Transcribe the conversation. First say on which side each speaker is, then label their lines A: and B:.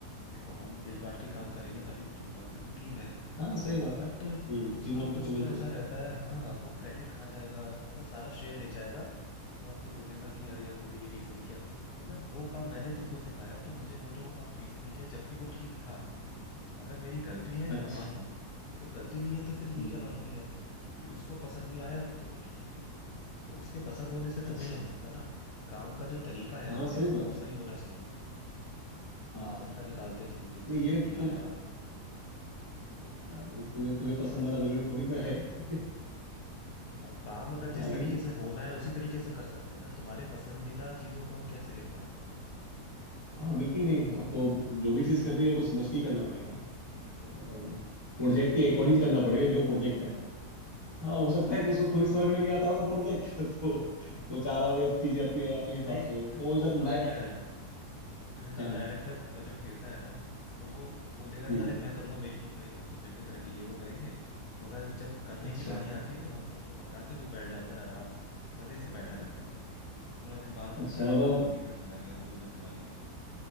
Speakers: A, on the left; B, on the left.
A: देखो हम मिल बांट के काम करेंगे तभी कुछ होगा क्योंकि टीम है
B: हाँ सही बात
A: बट
B: है हम्म
A: उसका
B: टीम वर्क तो
A: कुछ
B: करना ही
A: तो
B: पड़ेगा
A: ऐसा रहता है हाँ वो क्रेडिट खा जाएगा मतलब सारा श्रेय ले जाएगा उसके बाद फिर बोलेगा कि अरे यार तुमने ये ठीक से नहीं किया मतलब वो काम मैंने तुमको सिखाया और तुम मुझे बोल रहे हो वो काम ठीक से नहीं किया जबकि वो ठीक था अगर मेरी गलती है
B: अच्छा
A: मैं मान लूंगा जब गलती नहीं है तो फिर ये
B: हम्म
A: क्या बात हुई है कि उसको पसंद नहीं आया तो वो ठीक नहीं है तो उसके पसंद होने से
B: अच्छा
A: तो नहीं हो सकता ना काम का जो तरीका है
B: हाँ
A: करने
B: सही
A: का
B: बात
A: वो सही होना चाहिए
B: हाँ
A: अपना तरीका निकालते हैं कि मुझे
B: नहीं
A: पसंद
B: ये
A: नहीं
B: तो
A: आया वही तो
B: हाँ, तुम्हें तुम्हें पसंद आना जरूरी थोड़ी ना है <laughs>
A: अब काम अगर
B: हाँ
A: जिस
B: लेकिन
A: तरीके से होना है उसी तरीके से कर सकते हैं ना तुम्हारे पसंदीदा चीजों को हम कैसे लेके आ सकते हैं
B: हाँ बिल्कुल नहीं अब तो जो भी चीज़ करनी है वो तो समझ के ही करना पड़ेगा
A: वही
B: और
A: तो
B: प्रोजेक्ट
A: कुछ
B: के
A: लोग
B: अकॉर्डिंग
A: समझते
B: करना
A: नहीं
B: पड़ेगा
A: है
B: जो प्रोजेक्ट है
A: हाँ
B: हाँ हो सकता
A: वही
B: है
A: वही
B: कि उसको खुद ही समझ में नहीं आता होगा प्रोजेक्ट <laughs> तो
A: <laughs>
B: वो चाह रहा होगा चीजें अपने अपने हिसाब
A: अरे
B: से हो वो
A: वो
B: जब
A: पता
B: नए
A: है क्या है
B: हाँ
A: जब
B: हाँ,
A: डायरेक्टर प्रोजेक्ट देता है ना तो वो बोल देगा
B: हम्म
A: कि अरे मैं करूंगा मेरी टीम करेगी हम सब मिलके करेंगे ये वो करेंगे मगर जब करने
B: अच्छा
A: की बारी आती है तो हम सबको पकड़ा के वो बैठ जाता है आराम से मजे से बैठा रहता है पूरा दिन बाहर घूमता
B: अच्छा
A: रहेगा
B: मतलब
A: कभी इधर चला गया कभी उधर चला गया